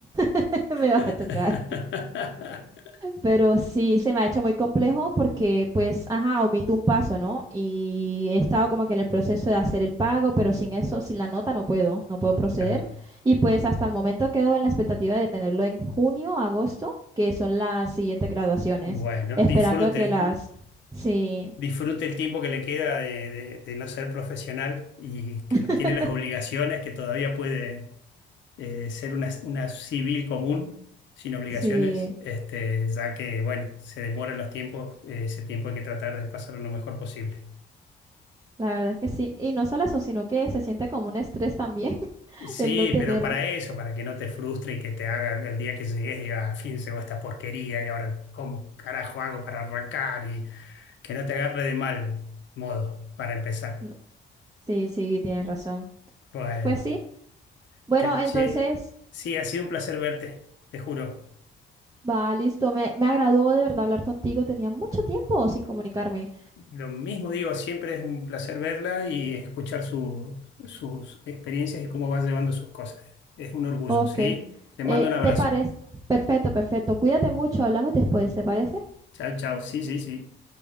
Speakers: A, on the right (about 20°); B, on the left (about 70°).
A: <laughs> me va
B: <laughs>
A: a tocar. Pero sí se me ha hecho muy complejo porque, pues, ajá, omito un paso, ¿no? Y he estado como que en el proceso de hacer el pago, pero sin eso, sin la nota, no puedo, no puedo proceder.
B: Claro.
A: Y pues hasta el momento quedo en la expectativa de tenerlo en junio, agosto, que son las siguientes graduaciones,
B: Bueno,
A: esperando
B: disfrute,
A: que las... Sí,
B: disfrute el tiempo que le queda de, de- de no ser profesional y que
A: <laughs>
B: no tiene las obligaciones, que todavía puede eh, ser una, una civil común sin obligaciones,
A: sí,
B: este, ya que, bueno, se demoran los tiempos, eh, ese tiempo hay que tratar de pasarlo lo mejor posible.
A: la verdad es que sí. Y no solo eso, sino que se siente como un estrés también <laughs>
B: Sí,
A: el no tener...
B: pero para eso, para que no te frustre y que te haga el día que llegues, digas, al fin se llegó esta porquería y ahora, ¿cómo carajo hago para arrancar? Y que no te agarre de mal modo para empezar.
A: no- Sí, sí, tienes razón.
B: Bueno,
A: Pues sí. Bueno,
B: te-
A: entonces...
B: che, sí, ha sido un placer verte, te juro.
A: Va, listo. Me, me agradó de verdad hablar contigo. Tenía mucho tiempo sin comunicarme.
B: Lo mismo digo, siempre es un placer verla y escuchar su- sus experiencias y cómo va llevando sus cosas. Es un orgullo,
A: Ok.
B: ¿sí? Te mando
A: Eh,
B: un abrazo.
A: ¿te parece? Perfecto, perfecto. Cuídate mucho. Hablamos después, ¿te parece?
B: Chao, chao. Sí, sí, sí.